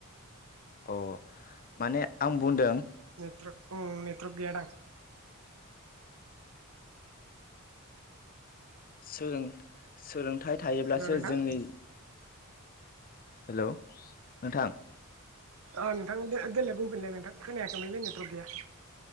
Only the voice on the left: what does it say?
अ माने आं बुंदों।
सोलों सोलोंथाइ थायोब्लासो
जोंनि हेलौ नोंथां।